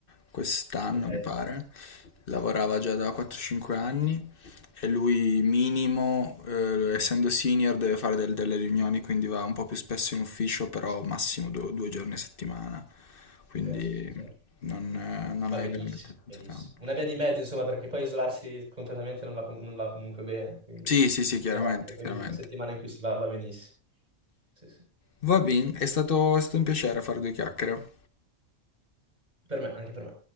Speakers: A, on the left; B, on the right.
A: quest'anno,
B: Ok,
A: mi pare. Lavorava già da 4-5 anni E lui minimo, eh, essendo senior, deve fare del- delle riunioni, quindi va un po' più spesso in ufficio, però massimo due, due giorni a settimana. Quindi
B: ok, sì, sì, certo.
A: non, eh, non
B: Va
A: hai
B: benissimo,
A: veramente tanto
B: benissimo.
A: tempo.
B: Una via di mezzo, insomma, perché poi isolarsi completamente non va, com- non va comunque bene, quindi
A: Sì, sì, sì, chiaramente,
B: trovare anche quel
A: chiaramente.
B: giorno a settimana in cui si va va benissimo. Sì, sì.
A: Va bene, è stato, è stato un piacere fare due chiacchiere.
B: Per me, anche per me.